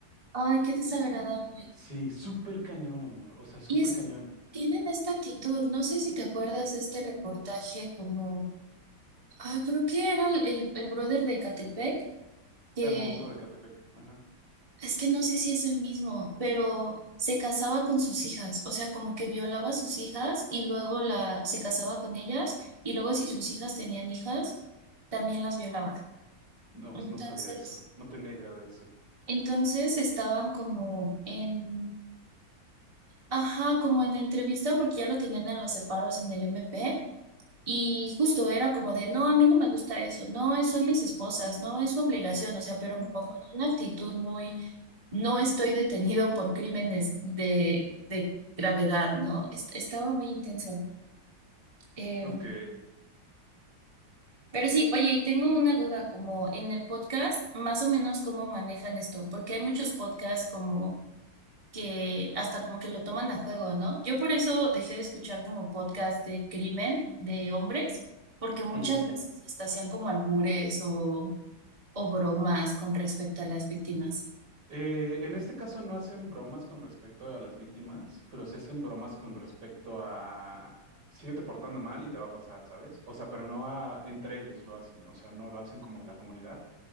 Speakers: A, on the right; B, on the right.
A: Ay, qué desagradable.
B: Sí, súper cañón, amor. O sea, súper
A: Y es,
B: cañón.
A: tienen esta actitud, no sé si te acuerdas de este reportaje como, ah creo que era el, el, el brother de Catepec, que
B: El monstruo de Catepec. Ajá.
A: Es que no sé si es el mismo, pero se casaba con sus hijas, o sea, como que violaba a sus hijas y luego la se casaba con ellas y luego si sus hijas tenían hijas, también las violaba.
B: No,
A: Entonces,
B: no sabía eso. No tenía idea de eso.
A: entonces estaban como en, ajá, como en entrevista porque ya lo tenían en los separos en el MP y justo era como de, no, a mí no me gusta eso, no, es son mis esposas, no es su obligación, o sea, pero como con una actitud muy no estoy detenido por crímenes de, de gravedad, ¿no? Est- estaba muy intenso. Eh,
B: Ok.
A: pero sí, oye, y tengo una duda, como en el podcast, más o menos cómo manejan esto, porque hay muchos podcasts como que hasta como que lo toman a juego, ¿no? Yo por eso dejé de escuchar como podcast de crimen de hombres, porque muchas
B: Ujú.
A: veces hasta hacían como albures o, o bromas con respecto a las víctimas.
B: Eh, en este caso no hacen bromas con respecto a las víctimas, pero sí hacen bromas con respecto a síguete portando mal y te va a pasar, ¿sabes? O sea, pero no a- entre ellos lo hacen, o sea, no lo hacen como la comunidad,